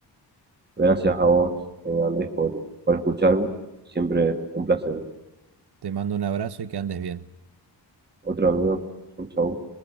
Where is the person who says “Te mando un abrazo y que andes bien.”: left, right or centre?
Right